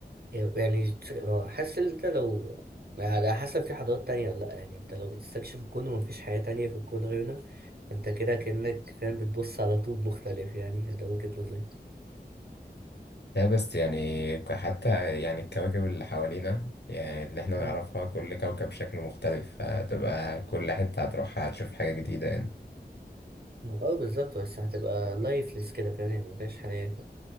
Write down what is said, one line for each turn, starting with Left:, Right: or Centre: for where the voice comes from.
Right: يعني تش- آه، حاسس إن أنت لو على حسب في حضارات تانية ولا لأ يعني أنت لو بتستكشف الكون ومفيش حياة تانية في الكون غيرنا فأنت كده كأنك فاهم بتبص على طوب مختلف يعني ده وجهة نظري
Left: لا بس يعني ك- حتى يعني الكواكب اللي حوالينا يعني اللي احنا
Right: مم.
Left: نعرفها كل كوكب شكله مختلف هتبقى كل حتة هتروحها هتشوف حاجة جديدة يعني
Right: اه بالظبط بس هتبقى لايفلس كده فاهم يعني مفيهاش حياة